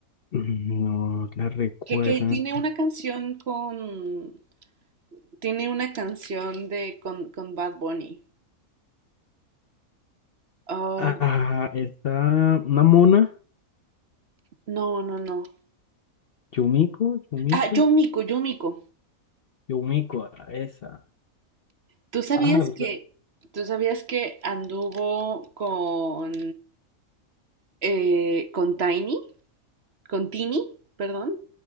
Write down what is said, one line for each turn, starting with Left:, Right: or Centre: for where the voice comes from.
Left: No la recuerdo.
Right: Que, que tiene una canción con... Tiene una canción de con, con Bad Bunny. Ay,
Left: Ah, está una mona.
Right: no, no, no.
Left: Yumiko, Yumicho,
Right: Ah, Yomiko, Yomiko.
Left: Yumiko, ah, esa.
Right: ¿Tú sabías
Left: Ah, o sea,
Right: que, tú sabías que anduvo con, eh, con Tiny, con Tini, perdón?